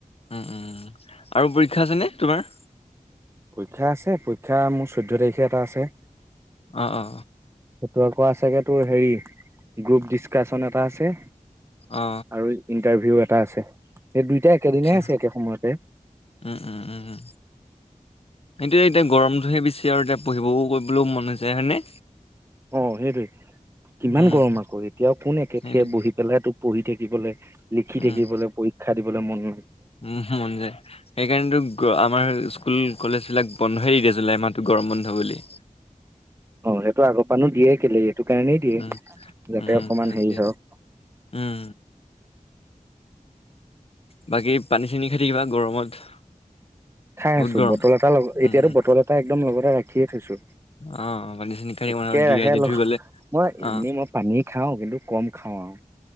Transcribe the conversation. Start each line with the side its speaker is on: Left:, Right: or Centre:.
Left: উম উম আৰু পৰীক্ষা আছে নে তোমাৰ।
Right: পৰীক্ষা আছে পৰীক্ষা মোৰ চৈধ্য তাৰিখে এটা আছে।
Left: অ, অ।
Right: সেইটো আকৌ আছেগে তোৰ হেৰি গ্ৰুপ ডিচকাচন এটা আছে।
Left: অ
Right: আৰু ইণ্টাৰভিউ এটা আছে। সেই দুইটাই একেদিনাই
Left: আচ্ছা
Right: আছে একে সময়তে
Left: উম উম উম সেইটোয়ে এতিয়া গৰমটোহে বেছি আৰু এতিয়া পঢ়িবও কৰিবলৈও মন নেযায় হয়নে
Right: অ সেইটোৱে কিমান
Left: উম
Right: গৰম আকৌ এতিয়াও কোন একেঠিয়ে
Left: সেইটোৱে
Right: বহি পেলাই তোক পঢ়ি থাকি দিবলৈ লিখি
Left: উম
Right: থাকিবলৈ পৰীক্ষা দিবলৈ মন
Left: উম মন যায় সেইকাৰণেতো আমাৰ স্কুল কলেজ বিলাক বন্ধয়েই দি দিয়ে জুলাই মাহটো গৰম বন্ধ বুলি
Right: অ সেইটো আগৰপানো দিয়ে কেলে সেইটো কাৰণেই দিয়ে
Left: উম
Right: যাতে
Left: উম
Right: অকমান
Left: সেইটোৱে
Right: হেৰি হওঁক
Left: উম বাকী পানী চানি খাই থাকিবা গৰমত
Right: খাই
Left: বহুত
Right: আছো
Left: গৰম
Right: বটল এটা লগ এতিয়াতো
Left: উম উম,
Right: বটল এটা একদম লগতে ৰাখিয়ে থৈছো
Left: অ পানী চানী খাই থাকিব
Right: একেৰাহে
Left: আৰু ডিহাইড্ৰেট হৈ গ'লে
Right: মই
Left: অ
Right: এনেই মই পানী খাওঁ কিন্তু কম খাওঁ আও